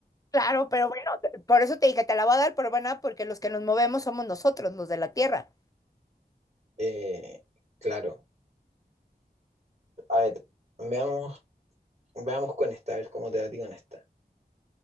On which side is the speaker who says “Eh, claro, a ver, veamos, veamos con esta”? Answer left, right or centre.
Right